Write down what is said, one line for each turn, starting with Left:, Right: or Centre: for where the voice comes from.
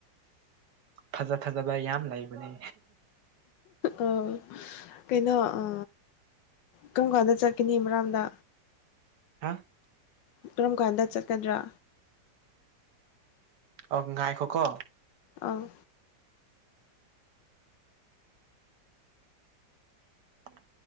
Right: ꯐꯖ ꯐꯖꯕ ꯌꯥꯝ ꯂꯩꯕꯅꯦ
Left: ꯑ ꯀꯩꯅꯣ ꯑ ꯀꯔꯝ ꯀꯥꯟꯗ ꯆꯠꯀꯅꯤ ꯏꯝꯔꯥꯝꯗ
Right: ꯍꯥ
Left: ꯀꯔꯝ ꯀꯥꯟꯗ ꯆꯠꯀꯗ꯭ꯔꯥ
Right: ꯑꯣ ꯉꯥꯏꯈꯣ ꯀꯣ
Left: ꯑꯥ
Right: ꯍ